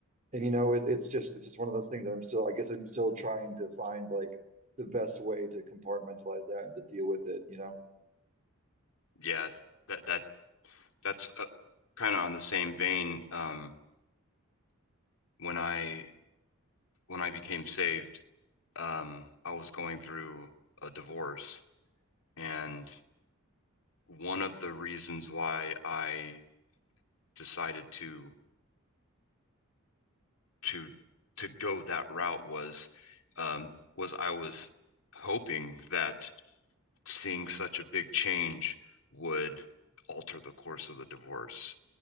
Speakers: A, on the right; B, on the left.
A: and you know it, it's just it's just one of those things that i'm still i guess i'm still trying to find like the best way to compartmentalize that and to deal with it you know
B: Yeah, that that that's uh, kind of on the same vein. Um, when I when I became saved, um, I was going through a divorce, and one of the reasons why I decided to to to go that route was um, was I was hoping that seeing such a big change would alter the course of the divorce